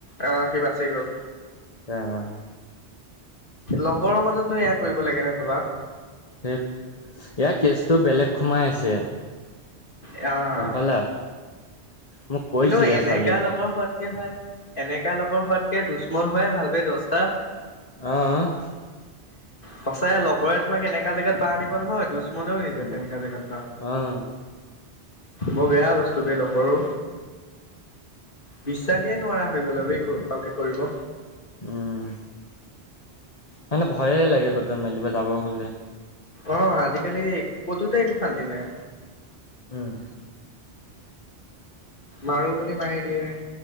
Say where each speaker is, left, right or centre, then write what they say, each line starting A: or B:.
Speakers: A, on the left; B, on the left.
A: অ' সি বাচি গ'ল।
B: অ', অ'।
A: লগৰৰ মাজতো এয়া কৰিব লাগে নে ভাবা।
B: ধেৎ, ইয়াৰ কেছটো বেলেগ সোমাই আছে।
A: আ, আ
B: গম পালা। মোক কৈছিলে
A: কিন্তু এনেকা
B: ছোৱালী এটাই
A: লগৰ হোৱাতকে ভাল এনেকা লগৰ হোৱাতকে দুছমন হোৱাই ভাল পাই দছটা।
B: অ', অ'।
A: সঁচাই লগৰে তোমাক এনেকা জেগাত বাহ দিব নহয় দুছ মনেও নিদিয়ে
B: উম
A: তেনেকা জেগাত।
B: আহ
A: বৰ বেয়া বস্তু বে লগৰো। বিশ্বাসেই নোৱাৰা হৈ গ'ল এই কৰিব
B: উম। মানে ভয়ে লাগে কতো মেলিব যাব হ'লে।
A: অ' আজিকালি কতোতে একো শান্তি নাই।
B: উম।
A: মাৰো বুলি মাৰি দিয়ে।